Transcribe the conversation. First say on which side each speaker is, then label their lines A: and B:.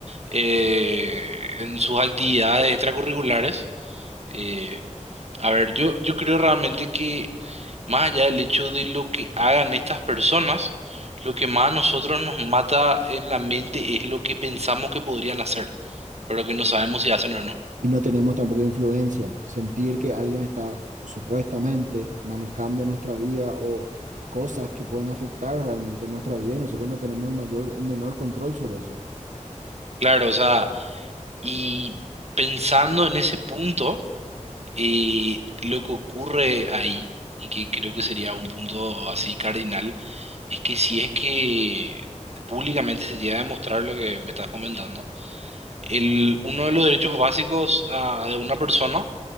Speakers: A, on the right; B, on the right.
A: eh, en sus actividades extracurriculares. eh, a ver, yo, yo creo realmente que más allá del hecho de lo que hagan estas personas, lo que más a nosotros nos mata en la mente es lo que pensamos que podrían hacer, pero que no sabemos si hacen o no.
B: Y no tenemos tampoco influencia. Sentir que alguien está supuestamente manejando nuestra vida o cosas que pueden afectar realmente nuestra vida y nosotros no tenemos el mayor, el menor control sobre eso.
A: Claro, o sea, y pensando en ese punto, eh, lo que ocurre ahí, y que creo que sería un punto así cardinal, es que si es que públicamente se llega a demostrar lo que me estás comentando, el, uno de los derechos básicos ah, de una persona